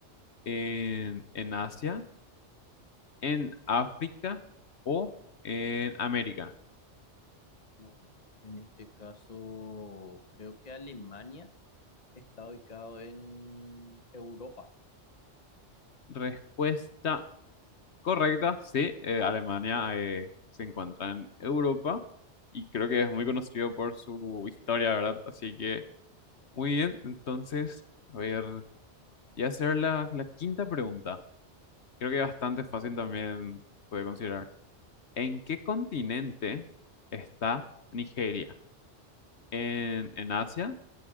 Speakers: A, on the left (about 70°); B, on the left (about 35°).
A: ¿En, en Asia? ¿En África? ¿O en América?
B: Mm, En este caso, creo que Alemania está ubicado en Europa.
A: Respuesta Correcta, sí. eh, Alemania eh, se encuentra en Europa y creo que es muy conocido por su historia, ¿verdad? Así que, muy bien. Entonces, a ver, voy a hacer la, la quinta pregunta. Creo que bastante fácil también puede considerar. ¿En qué continente está Nigeria? ¿En, en Asia?